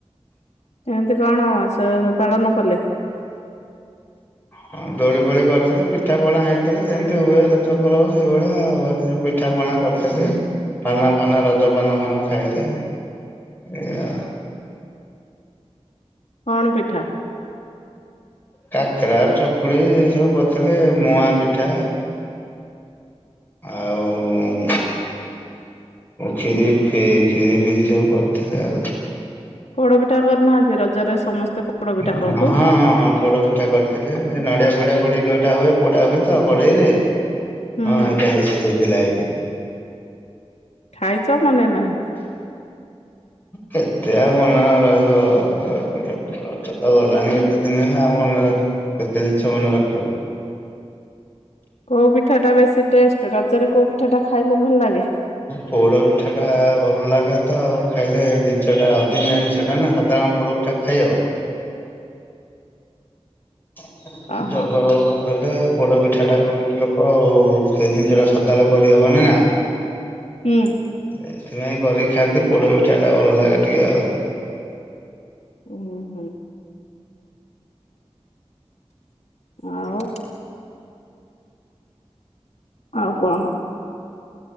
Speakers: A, on the left (about 80°); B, on the left (about 20°).
A: କେମିତି କଣ ସେ ପାେଳନ କଲେ?
B: ହଁ ହଁ ଦୋଳି ଫୋଳି କରିଥିଲେ, ପିଠା ପଣା ହେଇଥିଲା ଯେମିତି ହୁଏ ରଜ ପର୍ବ ସେଇ ଭଳିଆ ଆଉ ଘରେ ପିଠା ପଣା କରିଥିଲେ ପାନ ଫାନ ରଜ ପାନ ଫାନ ଖାଇଲେ। ଏଇଆ
A: କଣ ପିଠା?
B: କାକେରା, ଚକୁଳି ଏ ସବୁ କରିଥିଲେ ମୁଆଁ ପିଠା, ଆଉ ଷୀରି ଫ କ୍ଷୀରି, ଫିରି ସବୁ କରିଥିଲେ ଆଉ।
A: ପୋଡପିଠା କରିନାହାନ୍ତି ରଜରେ ସମସ୍ତେ ପୋଡ ପିଠା
B: ହଁ,
A: କରନ୍ତି।
B: ହଁ, ହଁ ପୋଡ଼ ପିଠା କରିଥିଲେ, ନଡିଆ ଫଡିଆ ପଡି ଯୋଉଟା ହୁଏ ପୋଡା ହୁଏ ତ କଢେଇରେ?
A: ହୁଁ
B: ହଁ ଏଇତ ହେଇ ହେଇଥିଲା ହେଇଥିଲା।
A: ଖାଇଛ ମନେ ନାହିଁ?
B: କେତେ ଆଉ ମନେ ରହିବ କଥା ତ ଗଲାଣି କେତେ ଦିନ ହେଲା ଆଉ ମନେ ରଖିବ। କେତେ ଜିନିଷ ମନେ ରଖିବ।
A: କୋଉ ପିଠାଟା ବେଶୀ ଟେଷ୍ଟ ରଜରେ କୋଉ ପିଠାଟା ଖାଇଲେ ଭଲ ଲାଗେ?
B: ପୋଡ ପିଠାଟା ଭଲ ଲାଗେ ତ ଖାଇଲେ ଜିନିଷଟା ଅଧିନିଆ ଜିନିଷ ଟା ନା ସଦାବେଳେ ପୋଡ ପିଠା ଖାଇହବ? <unintelligible>
A: ଅହୋ
B: ହେଲେ। ପୋଡ଼ ପିଠାଟା କଣ କି ଲୋକ ଆଉ ସେ ଜିନିଷଟା ସଦାବେଳେ କରିହବନି ନା।
A: ହୁଁ।
B: ଏଥିପାଇଁ କରିକି ଖାଆନ୍ତି ପୋଡ ପିଠାଟା ଭଲ ଲାଗେ ଟିକେ ଆଉ।
A: ହୁଁ ହୁଁ। ଆଉ ଆଉ କଣ?